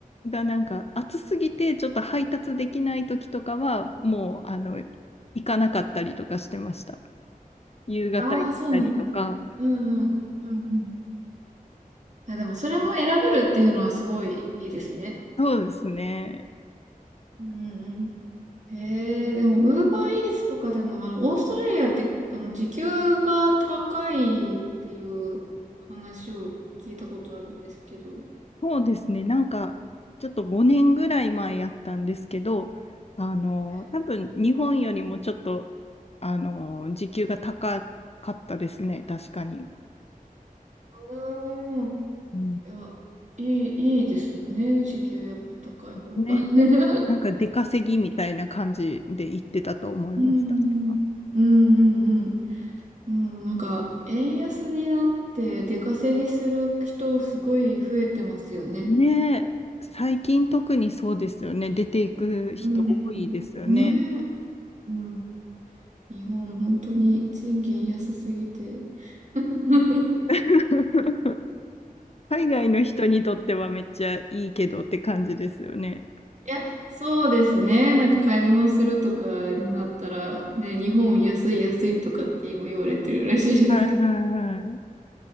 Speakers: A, on the left (about 45°); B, on the right (about 55°).
A: がなんか暑すぎてちょっと配達できない時とかはもうあの行かなかったりとかしてました。夕方行ったりとか。
B: ああ、そうなんですね。うんうん。うんうん。あ、でもそれも選べるっていうのはすごいいいですね。
A: そうですね。
B: うんうんうん。へえ、でも、ウーバーイーツとかでも、あの、オーストラリアって、あの、時給が高いっていう話を聞いたことあるんですけど。
A: そうですね。なんかちょっと5年ぐらい前やったんですけど、あの多分日本よりもちょっと
B: はい。
A: あの時給が高かったですね。確かに。
B: うーん。い
A: うん、
B: や、いい、いいですよね。時給やっぱ高い方が。
A: ね。
B: <laughs>
A: なんか出稼ぎみたいな感じで行ってたと思います。
B: うん、
A: 確か
B: うん、うん、うん、うん。うんなんか、円安になって出稼ぎする人すごい増えてますよね。
A: ねえ、最近特にそうですよね。出ていく人多いですよね。
B: うん。ねえ。うん。日本、本当に賃金安すぎて。<laughs>
A: <laughs> 海外の人にとってはめっちゃいいけどって感じですよね。
B: いや、そうですね。なんか買い物するとかになったら、ね、日本安い安いとかって今言われてるらしいですけ
A: はいはいはい。